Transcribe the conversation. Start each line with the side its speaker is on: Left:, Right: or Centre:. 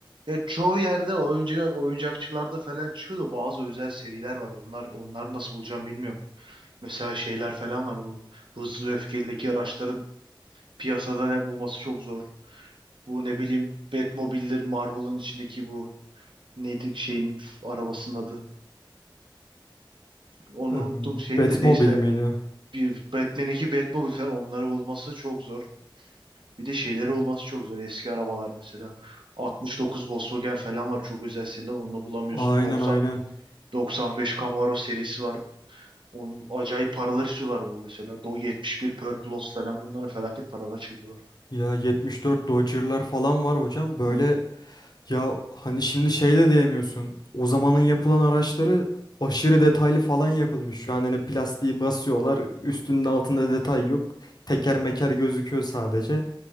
Right: ya çoğu yerde oyuncu oyuncakçılarda falan çıkıyor da bazı özel seriler var. Onlar onları nasıl bulacağım bilmiyorum. Mesela şeyler falan var bu. Hızlı ve Öfkeli'deki araçların piyasada ne bulması çok zor. Bu ne bileyim Batmobile'dir Marvel'ın içindeki bu. Neydi şeyin f- arabasının adı? Onu
Left: Ee,
Right: unuttum şeyin
Left: Batmobile
Right: de neyse
Left: miydi?
Right: bir Batman 2 Batmobile falan onları bulması çok zor. Bir de şeyleri bulması çok zor. Eski arabalar mesela 69 Volkswagen falan var çok özel seriler onu bulamıyorsun.
Left: Aynen
Right: 90
Left: aynen.
Right: 95 Camaro serisi var. Onun acayip paralar istiyorlar bu mesela. Do 71 Purple Lotus falan bunlara felaket paralar çekiyorlar.
Left: Ya 74 Dodge'lar falan var hocam. Böyle
Right: Hı,
Left: ya hani şimdi şey de diyemiyorsun. O zamanın yapılan araçları
Right: hı,
Left: aşırı detaylı falan
Right: hı.
Left: yapılmış. Şu an hani plastiği basıyorlar. Üstünde altında detay yok. Teker meker gözüküyor sadece.